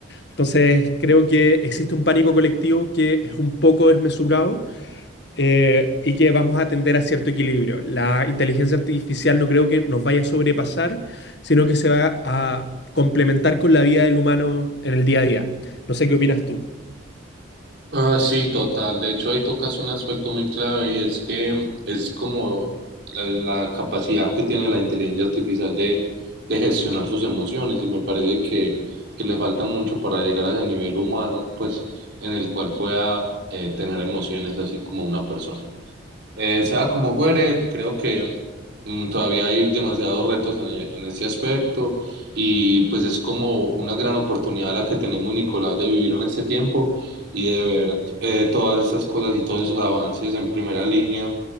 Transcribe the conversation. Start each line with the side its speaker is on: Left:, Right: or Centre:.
Left: Entonces, creo que existe un pánico colectivo que es un poco desmesurado eh, y que vamos a tender a cierto equilibrio. La inteligencia artificial no creo que nos vaya a sobrepasar, sino que se va a complementar con la vida del humano en el día a día. No sé qué opinas tú.
Right: Ah, sí, total. De hecho, ahí tocas un aspecto muy clave y es que es como la, la capacidad que tiene la inteligencia artificial de, de gestionar sus emociones y me parece que, que le falta mucho para llegar a ese nivel humano, pues en el cual pueda eh, tener emociones así como una persona. Eh, sea como fuere, creo que mm, todavía hay demasiados retos en, e- en este aspecto y pues es como una gran oportunidad la que tenemos, Nicolás, de vivir en este tiempo y de ver eh, todas estas cosas y todos esos avances en primera línea,